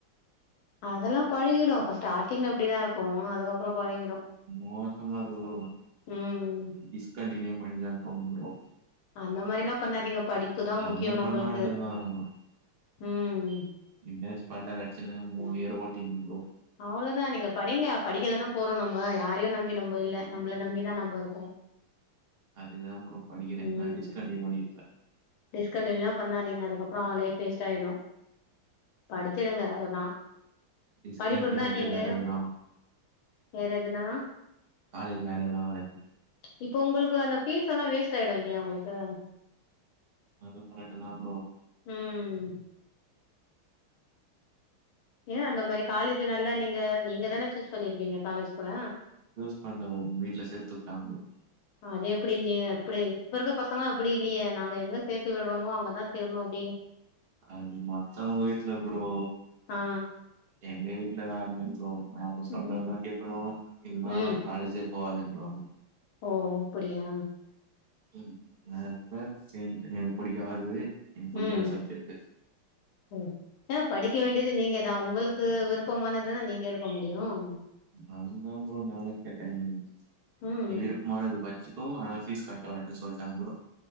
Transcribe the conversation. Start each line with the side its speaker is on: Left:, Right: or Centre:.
Left: அதல்லா பழகிடு ஃபஸ்ட்டு ஸ்டார்டிங்களா அப்டிதா இருக்கு அதுக்கு அப் ப்றோ பழகிடு
Right: மோசமா இருக்கு ப்ரோ
Left: ம்
Right: டிஸ்கண்டினியூ பண்ணிடலான் தோணும் ப்ரோ
Left: அந்த மாரிலா பண்ணாதீங்க படிப்புதா
Right: அந்த
Left: முக்கியோ
Right: மாரி
Left: நம்பளுக்கு
Right: பண்ண வேண்டியதா
Left: ம்
Right: எப்டியாச்சு பல்ல கட்சுன்னு மூணு இயர ஓட்டின்னு ப்ரோ
Left: அவ்ளோதா நீங்க படிங்க படிக்க தான போறோ நம்ப யாரையு நம் நம்பி நம்ம இல்ல நம்பள நம்பிதா நம்ம இருக்கோ
Right: அதுக்கு தா ப்ரோ படிக்கிறே
Left: ம்
Right: இல்லாட்டி டிஸ்கன்டினியூ பண்ணி இருப்பே
Left: டிஸ்கண்டினியூலா பண்ணாதீங்க அதுக்கப்பறோ லைப் வேஸ்ட் ஆயிடு படிச்சிடுங்க அவ்ளோதா
Right: டிஸ்கண்டினியூ
Left: படிப்பு இருந்தா
Right: பண்ட்டு
Left: நீங்க
Right: வேற எதுனா
Left: வேற எதுனன்னா
Right: காலேஜு வேற எதுனா வேலக்கி
Left: இப்ப உங்களுக்கு அந்த ஃபீஸெல்லா வேஸ்ட் ஆயிடு இல்லையா உங்களுக்கு
Right: அது கரெக்ட்டுதா ப்ரோ
Left: ம் ஏன்ன அந்த மாரி காலேஜு நல்லா நீங்க நீங்க தானே சூஸ் பண்ணியிருப்பீங்க காலேஜ் கூட
Right: சண்ட வரு வீட்ல சேத்துவுட்டாங்க ப்ரோ
Left: அதே எப்புடி நீங்க எப்புடி இப்ப இருக்க பசங்க அப்புடி இல்லையே நாங்க எங்க சேத்து விட்றோமோ அங்கதா சேரணு அப்டின்
Right: அது மத்தவுங்க வீட்ல ப்ரோ
Left: ஆ
Right: எங்க வீட்ல வேற மாரி ப்ரோ அவுங்க சொல்றதுதா
Left: ம்
Right: கேக்கணு இல்லனா
Left: ம்
Right: காலேஜு போவாதன்றுவாங்க
Left: ஓ அப்புடியா
Right: ம் நல்ல சேந்துட்டு எனக்கு புடிக்கு அது எனக்கு புடிக்கு
Left: ம்
Right: அந்த சப்ஜெக்ட்
Left: ம் ஏ படிக்க வேண்டியது நீங்கதா உங்களுக்கு விருப்பமானதுதா நீங்க எடுக்க முடியும்
Right: அதுதா ஃப்ரோ நானு கேட்ட நீ
Left: ம்
Right: விருப் பமானது படுச்சுக்கோ ஆனா ஃபீஸ் கட்ட மாட்டன்னு சொல்லிட்டாங்க ப்ரோ